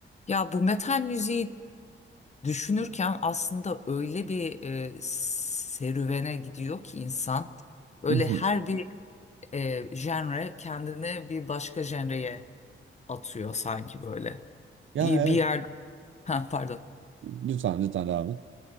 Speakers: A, on the left; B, on the right.
A: Ya bu metal müziği düşünürken aslında öyle bir e, serüvene gidiyor ki insan. Öyle
B: Mhm.
A: her bir e, genre kendini bir başka genreye atıyor sanki böyle.
B: Ya
A: Bir,
B: evet.
A: bir yer <laughs> ha, pardon.
B: Lütfen lütfen devam et.